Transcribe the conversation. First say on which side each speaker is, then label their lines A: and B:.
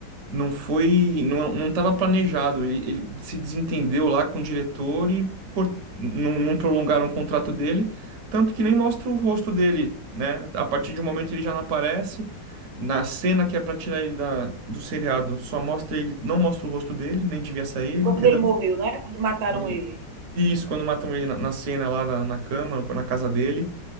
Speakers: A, on the right (about 60°); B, on the right (about 80°).
A: Não foi, não, não estava planejado. Ele, ele se desentendeu lá com o diretor e cor- não, não prolongaram o contrato dele, tanto que nem mostra o rosto dele, né? A partir de um momento ele já não aparece. Na cena que é pra tirar ele da, do seriado, só mostra ele, não mostra o rosto dele, nem devia sair ele,
B: quando
A: entendeu?
B: ele morreu, né? Quando mataram
A: Quando ele-
B: ele.
A: isso, quando matam ele na, na cena lá na, na cama, no- na casa dele.